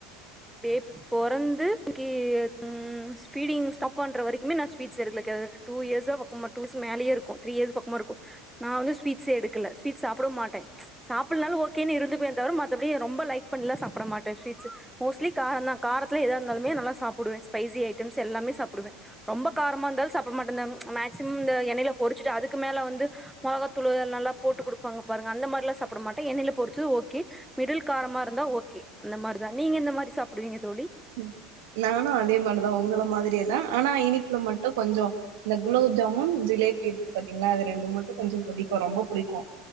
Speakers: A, in the centre; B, on the right (about 65°).
A: பேபி பொறந்து க்கி ம் ஃபீடிங் ஸ்டாப் பண்ற வரைக்குமே நா ஸ்வீட்ஸ் எடுக்கல கே டூ இயர்ஸ்ஸா பக்கமா டூஸ் மேலயே இர்க்கு த்ரீ இயர்ஸ் பக்கமா இருக்கு நா வந்து ஸ்வீ்ட்ஸ் எடுக்கல ஸ்வீட்ஸ் சாப்டவு மாட்ட சாப்புல்னாலு ஓகேனு இருந்துக்வே தவிர மத்தபடி ரொம்ப லைக் பண்லா சாப்ட மாட்ட ஸ்வீட்ஸ் மோஸ்லி காரந்தா காரத்துல எதா இருந்தாலுமே நல்லா சாப்டுவே ஸ்பைசி ஐட்டம்ஸ் எல்லாமே சாப்டுவே ரொம்ப காரமா இந்தாலு சாப்ட மாட்ட இந்த மேக்சிம் இந்த எண்ணைல பொரிச்சுட்டு அதுக்கு மேல வந்து மொளகாத்தூளு நல்லா போட்டு குடுப்பாங்க பாருங்க அந்த மாரிலா சாப்ட மாட்ட எண்ணைல பொறுச்சு ஓகே மிடில் காரமா இருந்தா ஓகே அந்த மாரிதா நீங்க எந்த மாரி சாப்டுவீங்க தோழி
B: ம் நானு அதே மார்தா உங்கள மாதிரியேதா ஆனா இனிப்புல மட்டு கொஞ்சோ இந்த குலோப் ஜாமுன் ஜிலேபி இருக்கு பாத்தீங்ளா அது ரெண்டு மட்டு கொஞ்சோ புடிக்கு ரொம்ப புடிக்கு